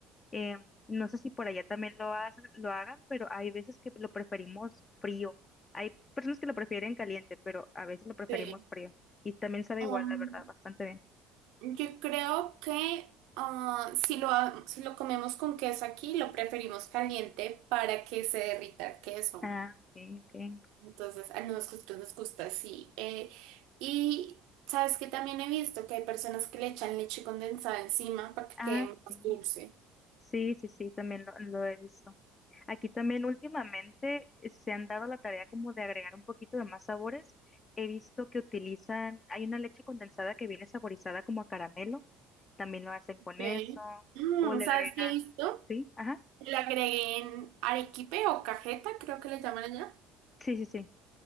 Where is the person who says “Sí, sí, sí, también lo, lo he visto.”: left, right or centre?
Left